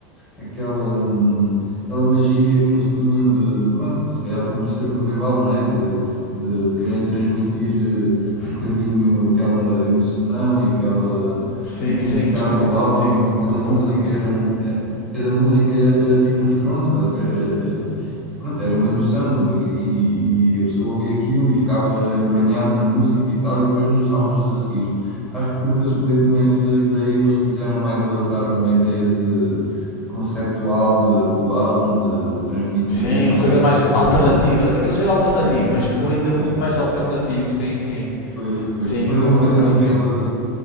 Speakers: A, in the centre; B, on the left.
A: aquela, hum, aquela magia que eles tinham de, de- pronto, de, se calhar também por ser o primeiro álbum, né? De, de, de quererem transmitir eh, um bocadinho aquela emoção e aquela
B: Sim,
A: intensidade
B: sim, mas concordo
A: do álbum,
B: contigo.
A: né? Cada
B: Concordo
A: música
B: contigo.
A: era um, era- cada música era, era tipo um estrondo, estás a ver? Era- era- pronto, era uma emoção e, e- e a pessoa ouvia aquilo e ficava embrenhado na música e tal, e depois nos álbuns a seguir. Acho que perdeu-se um bocadinho essa ideia e eles quiseram mais adotar uma ideia de, de conceptual de- do álbum, de transmitir
B: Sim,
A: um conceito.
B: a coisa mais alternativa.
A: e-
B: Aquilo já era alternativo,
A: É,
B: mas ficou ainda muito
A: é,
B: mais alternativo. Sim, sim.
A: pois, pois.
B: Sim,
A: Perdeu
B: concordo
A: um bocadinho
B: contigo.
A: aquela,